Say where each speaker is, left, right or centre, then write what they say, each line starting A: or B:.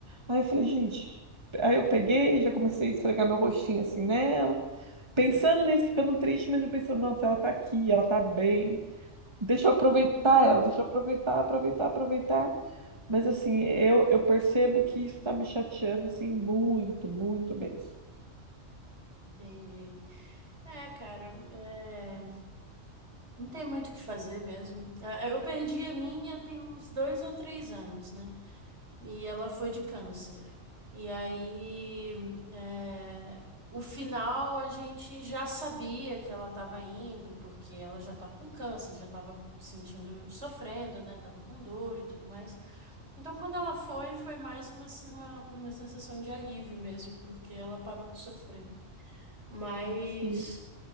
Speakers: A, on the right (about 20°); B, on the right (about 65°).
A: Aí eu falei, gente, aí eu peguei, já comecei a esfregar meu rostinho assim nela, pensando nisso, ficando triste, mas eu pensando, nossa, ela tá aqui, ela tá bem. Deixa eu aproveitar
B: Uhum.
A: ela, deixa eu aproveitar, aproveitar, aproveitar. Mas assim, eu, eu percebo que isso tá me chateando assim muito, muito mesmo.
B: Entendi. É, cara, é, não tem muito o que fazer mesmo. É, é, Eu perdi a minha tem uns dois ou três anos, né? E ela foi de câncer. E aí, é, o final a gente já sabia que ela estava indo, porque ela já estava com câncer, já estava sentindo, sofrendo, né? Tava com dor e tudo mais. Então, quando ela foi, foi mais uma, se- uma, uma sensação de alívio mesmo, porque ela parou de sofrer. Mas,
A: Sim,